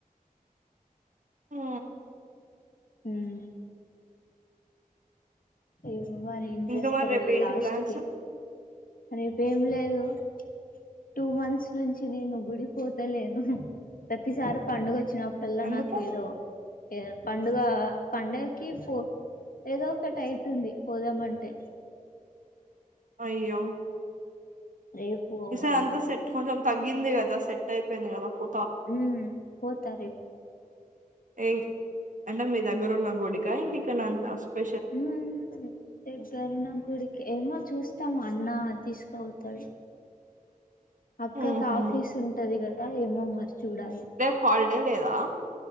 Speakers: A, on the right; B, on the left.
A: హు
B: ఊహు ఏ మరి జెస్తారు
A: ఇంకా మరి రేపు
B: అ
A: ఏంటి
B: లాస్ట్
A: ప్లాన్స్
B: కె రేప్ ఏం లేదు <inaudible> టు మంత్స్ నుంచి నేను గుడిక్ పోతలేను ప్రతిసారి పండుగో ఓచ్చినప్పుడల్లా
A: ఎందుకు
B: నాక్ ఏదో ఏ పండుగ పడకి పో ఏదో ఒకటి ఐతుంది పోదామంటే
A: అయ్యో
B: రేపు పోవాలి
A: ఈసారి అంతా
B: ఇగ
A: సెట్ కొంచెం తగ్గింది కదా సెట్ అయిపోయింది కదా ఫో
B: హు పోత రేప్
A: ఏఇ అంటే మీ మీ దగ్గర ఉన్న గుడి ఇంకా నాన్ దాసిపేట్
B: హు రేపు అన్న నా గుడికి ఏమో చూస్తాం అన్న తీసుకపోతాడు అక్క
A: ఉహు
B: కు ఫీస్ ఉంటది గదా ఏమో మరి చూడాలి
A: రేప్ హాల్ డే లేదా